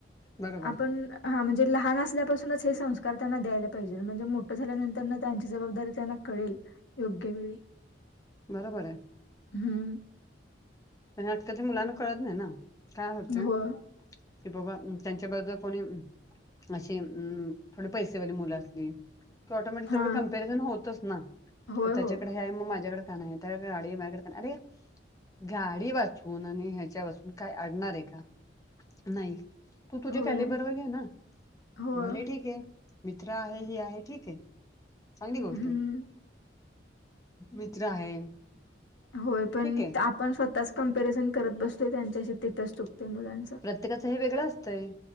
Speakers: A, on the left; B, on the left.
A: बरोबर
B: आपण हा म्हणजे लहान असल्यापासूनच हे संस्कार त्यांना द्यायला पाहिजे. म्हणजे मोठं झाल्यानंतर ना त्यांची जबाबदारी त्यांना कळेल. योग्य वेळी.
A: बरोबर आहे.
B: हम्म.
A: पण आजकालच्या मुलांना कळत नाही ना. काय होते.
B: होय
A: कि बाबा त्यांच्याबद्दल कोणी अशी अम थोडी पैसेवाली मुलं असली. ऑटोमॅटिक
B: हा
A: तेवढं कंपॅरिझन होतच ना.
B: होय
A: की त्याच्याकडे
B: हो
A: आहे. मग माझ्याकडे का नाही? त्याकडे गाडी आहे मायाकडे का नाही? अरे. गाडी वाचून आणि ह्याच्या वाचून काय अडणारे का? नाही. तू तुझ्या
B: होय
A: कॅलेबर वर घे ना.
B: होय
A: भले ठीके. मित्र आहे, ही आहे ठीके. चांगली गोष्टय.
B: हम्म
A: मित्र आहे.
B: होय पण
A: ठीक आहे.
B: आपण स्वतःच कंमपेरिझन करत बसतोय त्यांच्याशी. तिथंच चुकते मुलांच.
A: प्रत्येकाचं हे वेगळं असतंय.